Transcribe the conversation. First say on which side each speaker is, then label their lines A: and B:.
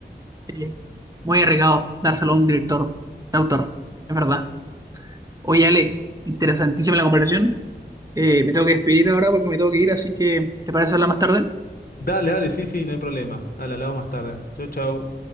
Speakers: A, on the right; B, on the left.
A: Eh, Muy arriesgado dárselo a un director, de autor, es verdad. Oye, Ale, interesantísima la conversación. Eh, me tengo que despedir ahora porque me tengo que ir, así que ¿te parece hablar más tarde?
B: Dale, dale, sí, sí, no hay problema. Dale, hablamos más tarde. Chau, chau.